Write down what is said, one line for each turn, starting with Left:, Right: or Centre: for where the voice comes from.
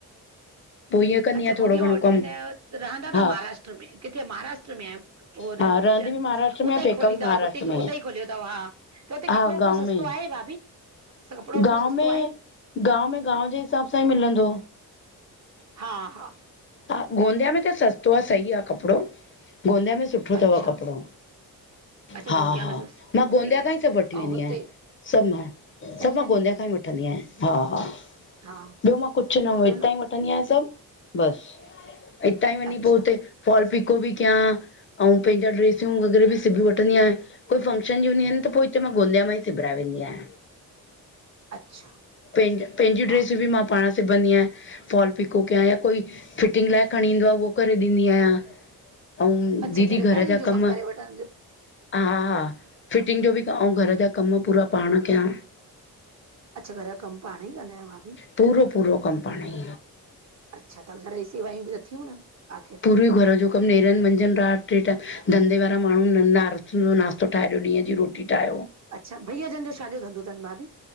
Left: ईअं कंदी
Right: अच्छा
Left: आहियां
Right: गोदिया
Left: थोरो घणो
Right: मां वठी
Left: कमु
Right: वेंदा आहियो, रहंदा
Left: हा
Right: ता महाराष्ट्र में किथे महाराष्ट्र में आयो। और
Left: हा रहंदी
Right: चवनि
Left: बि महाराष्ट्र में
Right: उते
Left: पेका
Right: ई खोली
Left: बि
Right: तव
Left: महाराष्ट्र
Right: बूटिक
Left: में
Right: उते ई खोलियो तव हा, त हुते
Left: हा
Right: कपिड़ो-वपिड़ो
Left: गांव
Right: सस्तो
Left: में
Right: आहे भाभी? त कपड़ो-वपड़ो
Left: गांव
Right: सस्तो
Left: में
Right: आहे?
Left: गांव में गांव जे हिसाब सां ई मिलंदो।
Right: हा हा
Left: हा गोंदिया में त सस्तो आ सही आ कपिड़ो, गोंदिया में सुठो तव
Right: अच्छा
Left: कपिड़ो।
Right: अच्छा
Left: हा
Right: गोंदिया
Left: हा
Right: में सस्तो
Left: मां गोंदिया
Right: सही आ
Left: खां ई सभु वठी
Right: ऐं
Left: वेंदी
Right: हुते
Left: आहियां। सभु मां, सभु
Right: सही
Left: मां
Right: आ न
Left: गोंदिया खां ई वठंदी आहियां हा हा।
Right: हा
Left: ॿियो मां कुझु न हु
Right: चलो
Left: हितां ई वठंदी आहियां सभु, बसि। हितां ई वञी
Right: अच्छा
Left: पो हुते, फॉल पिको बि कयां। अऊं पंहिंजा ड्रेसियूं वग़ैरह बि सिबी वठंदी आहियां। कोई फंक्शन जी हूंदी आहिनि त पो हिते मां गोंदिया मां ई सिबराए वेंदी आहियां।
Right: अच्छा
Left: पैंज, पैंजी
Right: हा
Left: ड्रेसूं बि मां पाण सिबंदी आय, फॉल पिको कया या कोई फिटिंग लाए खणी ईंदो आ उवो करे ॾींदी आहियां। अऊं
Right: अच्छा
Left: दीदी
Right: अच्छा रिपेयरिंग
Left: घर जा
Right: जो
Left: कमु,
Right: करे वठंदो
Left: हा हा फिटिंग जो बि क, अऊं घर जा कमु पूरा पाण कयां।
Right: अच्छा घरु जो कमु पाण ई कंदा आहियो भाभी?
Left: पूरो पूरो कमु पाणेई।
Right: अच्छा त घर जी सेवायूं बि त थीयूं न, आखिर
Left: पूरो ई घर जो कमु नेरनि मंझंदि राति टे टाइम धंधे वारा माण्हू न त नाश्तो ठाये ॾींह जी रोटी टी टायो
Right: अच्छा भइया जन जो छाजो धंधो तनि भाभी?